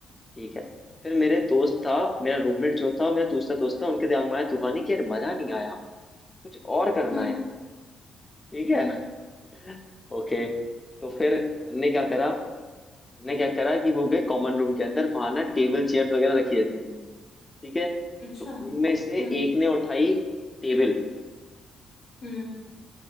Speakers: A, on the left; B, on the left.
A: ठीक है फिर मेरे दोस्त था मेरा रूममेट जो था मेरा दूसरा दोस्त था उनके दिमाग में आया तूफानी कि यार मजा नहीं आया कुछ और करना
B: हम्म
A: है ठीक
B: हम्म,
A: है <laughs> ओके तो फिर उनने क्या करा ने क्या करा कि वो गए कॉमन रूम के अंदर वहां ना टेबल चेयर वगैरह रखी रहती थी ठीक है
B: अच्छा
A: तो उनमें से
B: हम्म
A: एक ने उठाई टेबल
B: हम्म